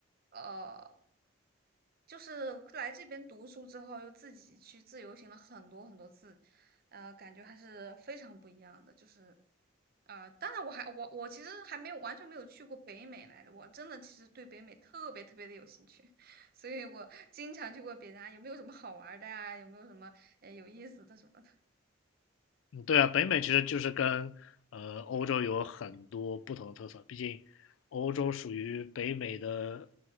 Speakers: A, on the right; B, on the left.
A: 呃，就是来这边读书之后，又自己去自由行了很多很多次，呃，感觉还是非常不一样的。就是，啊、当然我还我我其实还没有完全没有去过北美来着，我真的其实对北美特别特别的有兴趣，<laughs> 所以我经常去问别人啊，有没有什么好玩儿的呀、有没有什么呃有意思的什么的，
B: 嗯，对啊，北美其实就是跟呃欧洲有很多不同的特色，毕竟欧洲属于北美的